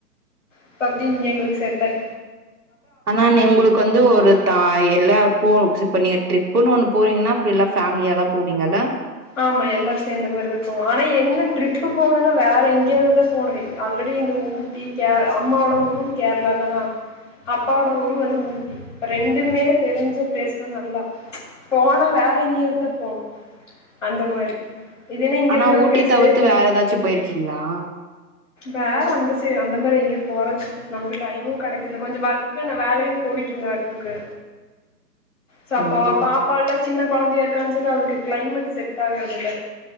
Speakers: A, on the left; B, on the right.
A: இப்ப அப்டி இங்க எங்களுக் செட்டாய்
B: ஆனானெ உங்களுக்கு வந்து ஒரு தாய் இல்ல போ இப்ப நீக ட்ரிப்புன்னு ஒன்னு போறிங்கனா இப்ப எலா ஃபேமிலியா தா போவிங்கல
A: ஆமா எல்லார் சேந்த மாரிதா போவோ ஆனா என்ன ட்ரிப்பு போணுனா வேற எங்யாவதுதா போணு ஆல்ரெடி இந்த ஊட்டி கே அம்மாவோட ஊரு கேரளா தானா அப்பாவோட ஊரு வந்து ஊட்டி இ ரெண்டுமே தெரிஞ்ச பிளேஸ் தா நல்லா போனா வேற எங்யாவது தா போணு அந்த மாரி இல்லைன்னா இங்க
B: ஆனா
A: இருக்கிற
B: ஊட்டி
A: பிளேஸ்லயே
B: தவிர்த்து வேற ஏதாச்சி பொயிர்க்கிங்ளா
A: வேற அந்த சைட் அந்த மாரி எங்யு போறதுக்கு நமக்கு டைமு கெடைக்கல கொஞ்சொ ஒர்க்கு நா வேலையு பொயிட்ருந்தெ ஒர்க்குக்கு சோ அப்போ
B: ஆமா ஆமா
A: பாப்பால்லா சின்ன குழந்தையா இருக்கான்னு சொல்லி அவளுக்கு கிளைமேட் செட் ஆகறது இல்ல